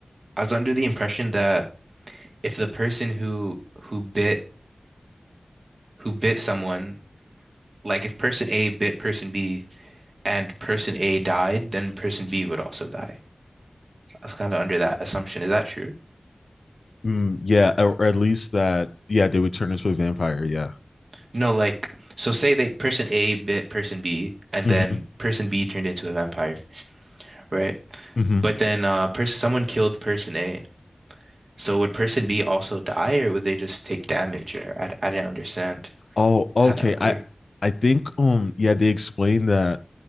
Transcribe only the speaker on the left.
Mm, yeah, or or at least that yeah, they would turn into a vampire, yeah.
Mhm.
Mhm.
Oh,
okay.
I I think um yeah, they explained that